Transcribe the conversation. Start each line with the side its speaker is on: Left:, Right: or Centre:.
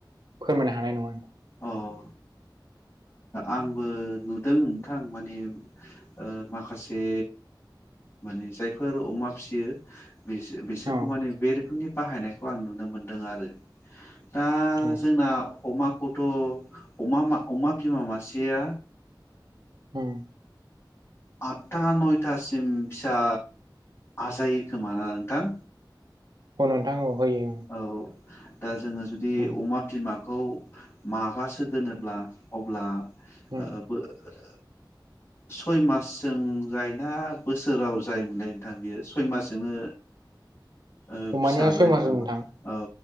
Right: फोरमायनो हानायनङा
Left: अ ओ आंबो नुदों नोंथां माने ओ माखासे माने जायफोर अमा फियो बिसो बिसोरखौ
Right: औ
Left: माने बेरोखोमनि बाहायनायखौ आं नुनो मोनदों आरो दा
Right: उम
Left: जोंनाव अमा खौथ' अमा अमा बिमा मासेया
Right: ओम
Left: आतथा नयथासिम फिसा आजायो खोमाना ओ नोंथां
Right: औ नोंथां औ होयो
Left: औ दा जोङो जुदि
Right: ओं उम
Left: अमा बिमा खौ माबासो दोनोब्ला अब्ला <unintelligible>
Right: उम
Left: सय मासजों जायोना बोसोराव जायो मोनलाय नोंथां बियो सय मासजोंनो ओ
Right: अमानिया
Left: फिसा जायोमोन
Right: सय मास
Left: नामा
Right: नोंथां
Left: औ